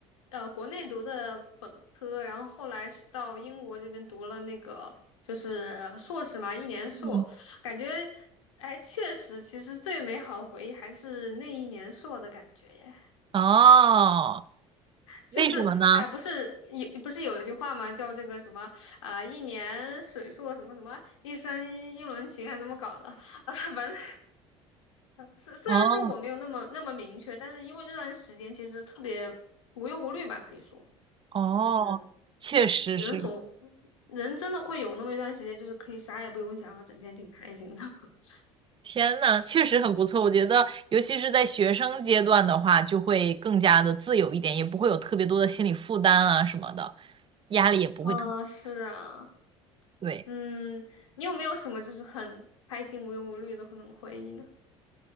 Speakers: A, on the left (about 80°); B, on the right (about 35°).
A: 呃国内读的本科，然后后来是到英国这边读了那个就是硕士嘛，一年硕，
B: 嗯，
A: 感觉哎确实，其实最美好的回忆还是那一年硕的感觉耶。
B: 哦，
A: 就是哎、
B: 为什么呢？
A: 不是有不是有一句话吗？叫这个什么啊、一年水硕什么什么，一生一轮情，还怎么搞的？啊，<laughs> 反正虽虽然说我没有那么那么明确，
B: 哦
A: 但是因为那段时间其实特别无忧无虑吧，可以说
B: 哦，
A: 就是
B: 确实是，
A: 人总人真的会有那么一段时间，就是可以啥也不用想，然后整天挺开心的。<laughs>
B: 天呐，确实很不错。我觉得，尤其是在学生阶段的话，就会更加的自由一点，也不会有特别多的心理负担啊什么的，压力也不会特别。
A: 嗯，是啊，
B: 对。
A: 嗯，你有没有什么就是很开心无忧无虑的那种回忆呢？